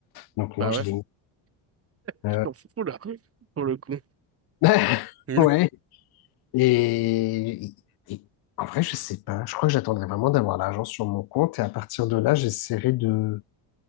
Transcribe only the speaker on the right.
Bah
ouais,
je t'en fous là, pour le coup.
<laughs>